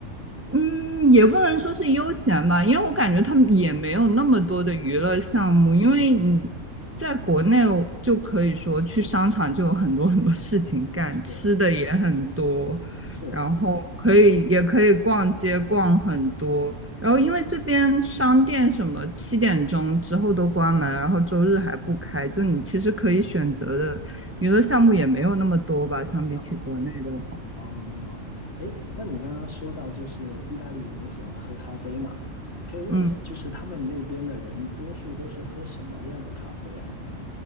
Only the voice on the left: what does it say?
嗯，是
是，
少对。哦，哎，但你刚刚说到，就是意大利人也喜欢喝咖啡嘛，可以问一下，
就是他们那边的人多数都是喝什么样的咖啡啊？